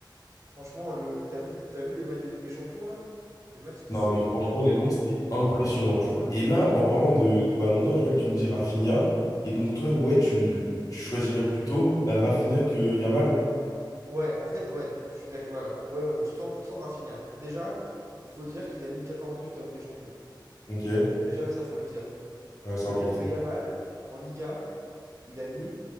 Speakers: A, on the right (about 35°); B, on the left (about 45°).
A: franchement, le, le- t'as vu, t'as vu les matchs de Ligue des Champions là? Les matchs qui
B: Non,
A: sortent
B: mais franchement,
A: quand même?
B: honnêtement, c'était impressionnant, tu vois. Et là, en parlant de, de ballon d'or, je vois que tu me dis Rafinha. Et donc, toi, ouais, tu, tu choisirais plutôt Rafinha que Yamal.
A: Ouais, en fait, ouais, je suis d'accord. Voilà, ouais, ouais, je suis 100% Rafinha. Bah, Déjà, il faut dire qu'il a mis 14 buts en Ligue des Champions.
B: Ok, ouais,
A: Déjà, ça, faut le dire.
B: c'est
A: Il faut
B: important.
A: dire que Yamal, en Liga, il a mis